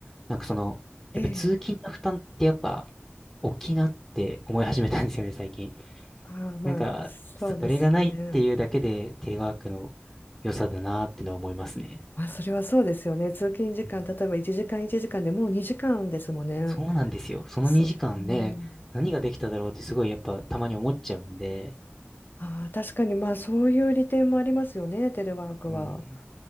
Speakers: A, in the centre; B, on the left.
A: なんかその、やっぱり通勤の負担ってやっぱ
B: ええ、
A: 大きいなって思い始めたんですよね、最近。
B: ああ、まあ、
A: なんか、
B: そうですね。
A: それがないっていうだけでテレワークの良さだなってのは思いますね。
B: まあ、それはそうですよね。通勤時間、
A: うん
B: 例えば1時間1時間でもう2時間ですもんね。
A: そうなんですよ。その2時間で何ができただろうってすごいやっぱたまに思っちゃうんで。
B: そう、うんああ、確かに、まあ、そういう利点もありますよね、テレワークは。
A: うん。